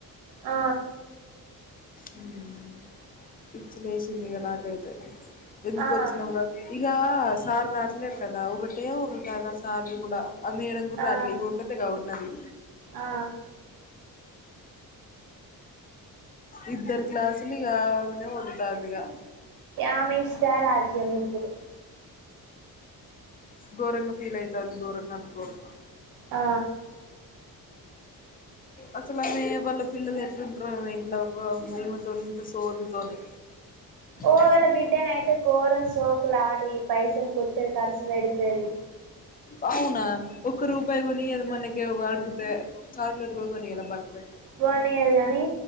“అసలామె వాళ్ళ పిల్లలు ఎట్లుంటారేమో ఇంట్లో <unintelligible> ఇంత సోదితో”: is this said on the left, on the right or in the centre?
Left